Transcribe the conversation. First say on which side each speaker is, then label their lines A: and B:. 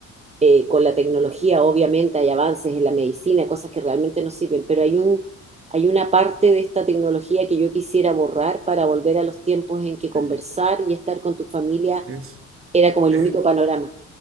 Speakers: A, on the right (about 20°); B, on the right (about 40°).
A: eh, con la tecnología, obviamente, hay avances en la medicina, cosas que realmente nos sirven, pero hay un, hay una parte de esta tecnología que yo quisiera borrar para volver a los tiempos en que conversar
B: Sí.
A: y estar con tu familia
B: Es,
A: era como el
B: es,
A: único panorama.